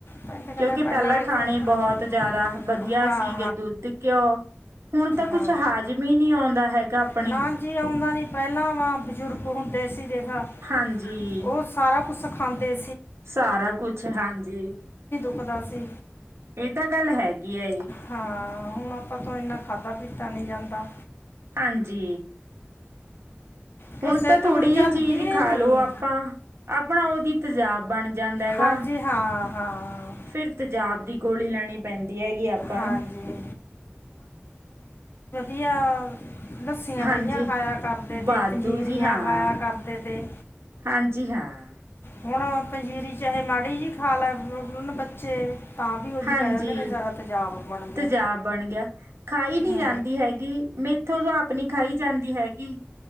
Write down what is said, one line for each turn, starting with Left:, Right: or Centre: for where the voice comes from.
Left: ਪਹਿਲਾਂ ਕਹਿੰਦਾ
Right: ਕਿਉਂਕਿ ਪਹਿਲਾਂ
Left: ਵਾਲੇ
Right: ਖਾਣੇ
Left: ਖਾ-
Right: ਬਹੁਤ ਜ਼ਿਆਦਾ ਵਧੀਆ
Left: ਹਾਂ
Right: ਸੀਗੇ, ਦੁੱਧ ਘਿਓ ਹੁਣ। ਕੁਛ
Left: ਹਾ
Right: ਹਾਜ਼ਮ ਹੀ ਨਹੀਂ ਆਉਂਦਾ ਹੈਗਾ ਆਪਣੇ
Left: ਨਾ ਜੀ, ਆਉਂਦਾ ਨੀ ਪਹਿਲਾਂ ਵਾਂ ਬਜ਼ੁਰਗ ਹੁੰਦੇ ਸੀ। ਖ
Right: ਹਾਂਜੀ
Left: ਉਹ ਸਾਰਾ ਕੁਛ ਸਾ ਹਾਂਦੇ।
Right: ਸਾਰਾ ਕੁਛ ਹਾਂਜੀ।
Left: ਬਦਲਸੀ।
Right: ਇਹ ਤਾਂ ਗੱਲ ਹੈਗੀ ਹੈ ਜ
Left: ਹਾਂ ਹੁਣ ਆਪਾਂ ਤ ਇੰਨਾ ਖਾਧਾ ਪੀਤਾ। ਤਾਂ ਨਹੀਂ ਜਾਂਦਾ।
Right: ਹਾਂਜੀ
Left: ਕਿਉਂ
Right: ਹੁਣ
Left: ਸਿਹਤ
Right: ਤਾਂ ਥੋੜ੍ਹੀ ਜਿ
Left: ਚੱਲਦੀ
Right: ਚੀਜ਼
Left: ਹੀ
Right: ਖਾ
Left: ਨਹੀਂ
Right: ਲੋ ਆਪਾਂ, ਆਪਣਾ ਓਹਦੀ ਤੇਜਾਬ ਬਣ ਜਾਂਦਾ ਹੈ
Left: ਹਾਂਜੀ
Right: ਗਾ,
Left: ਹਾਂ ਹਾਂ
Right: ਫਿਰ ਤੇਜਾਬ ਦੀ ਗੋਲੀ ਲੈਣੀ ਪੈਂਦੀ ਹੈਗੀ ਆਪਾਂ
Left: ਹਾਂਜੀ
Right: ਨੂੰ
Left: ਅ ਆ। ਲੱਸੀਆਂ,
Right: ਹਾਂਜੀ
Left: ਦਹੀਆਂ ਖਾਇਆ ਕਰਦੇ
Right: ਵਾਧੂ
Left: ਤੇ, ਪੰਜੀਰੀਆਂ
Right: ਜੀ ਹਾਂ
Left: ਖਾਇਆ ਕਰਦੇ ਤੇ,
Right: ਹਾਂਜੀ ਹਾਂ
Left: ਹੁਣ ਪੰਜੀਰੀ ਚਾਹੇ ਮਾੜੀ ਜੀ ਹਾਲਾਨ ਬੱਚੇ। ਤਾਂ ਵੀ ਉਹਦੀ
Right: ਹਾਂਜੀ,
Left: ਕਹਿ ਦਿੰਦੇ ਨੇ ਸਾਰਾ ਤੇਜ਼ਾਬ ਬਣ ਗਿਆ
Right: ਤੇਜ਼ਾਬ ਬਣ ਗਿਆ ਖਾਈ ਨਹੀਂ
Left: ਹੂੰ
Right: ਜਾਂਦੀ ਹੈਗੀ ਮੇਥੋਂ ਤੋਂ ਆਪਣੀ ਖਾਈ ਜਾਂਦੀ ਹੈਗੀ।